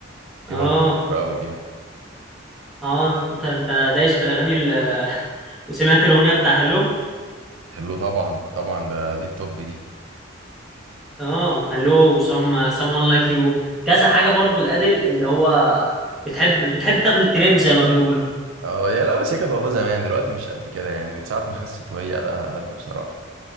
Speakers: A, on the right; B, in the centre.
A: دي
B: اه
A: برضه بحبها قوي يعني
B: اه انت انت دايس في الاغاني ال- <laughs> وسمعت الاغنيه بتاع هلو
A: حلو طبعا طبعا ده دي التوب دي
B: اه هلو وسم someone like you كذا حاجه برضو الادل اللي هو بتحب بتحب تاخد الترند زي ما بيقولوا
A: اه يا لا بس هي كانت والله زمان دلوقتي مش قد كده يعني من ساعة ما خست وهي أداءها أقل بصراحة